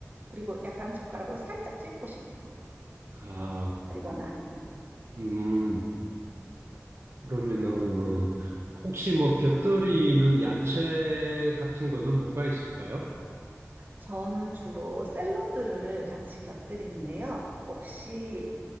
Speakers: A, on the right; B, on the right.
A: 그리고 약간 젓가락으로 살짝 찍어보시면 돼요.
B: 아,
A: 다리거나. 응.
B: 음, 그러면은 혹시 뭐 곁들이는 야채 같은 거는 뭐가 있을까요?
A: 저는 주로 샐러드를 같이 곁들이는데요. 혹시